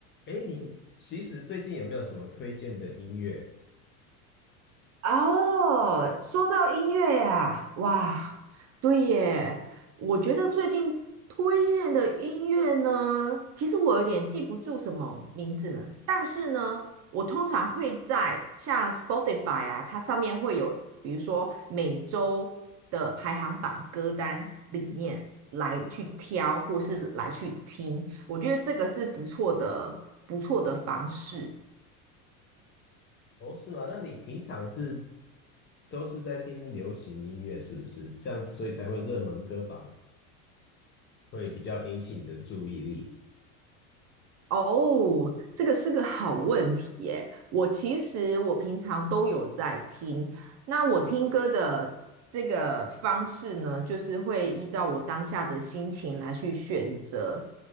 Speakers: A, on the left; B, on the right.
A: 哎，你其实最近有没有什么推荐的音乐？
B: 哦，说到音乐呀，哇，对耶，我觉得最近推荐的音乐呢，其实我有点记不住什么名字呢，但是呢，我通常会在像 Spotify 啊，它上面会有，比如说每周的排行榜歌单里面来去挑，或是来去听，我觉得这个是不错的，不错的方式。
A: 哦，是吗？那你平常是都是在听流行音乐，是不是？这样子，所以才会热门歌榜会比较引起你的注意力。
B: 哦，这个是个好问题耶。我其实我平常都有在听，那我听歌的这个方式呢，就是会依照我当下的心情来去选择